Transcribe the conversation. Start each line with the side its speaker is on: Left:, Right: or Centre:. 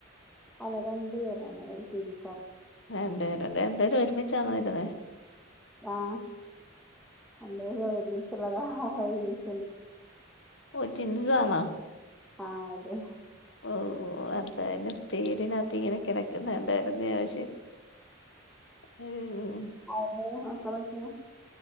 Centre: അല്ല രണ്ടു പേരാണ് എൽ കേ ജി.
Left: രണ്ട് പേര് രണ്ട് രണ്ട്പേരു ഒരുമിച്ചാ ന്നൊ എഴുത്ണത്.
Centre: ആഹ്. രണ്ട് പേരും ഒരുമിച്ചുള്ളതാ അവര് ഒരുമിച്ച
Left: ഒഹ് ട്വിൻസ് ആണോ?
Centre: ആഹ് അതെ.
Left: ഓഹ് ഓഹ് അ എന്തായാലും പേരിനകത്ത് ഇങ്ങനെ കെടക്കുന്ന കണ്ടായിരുന്നെ പക്ഷെ. <unintelligible>
Centre: ഹലൊ മക്കളൊക്കെ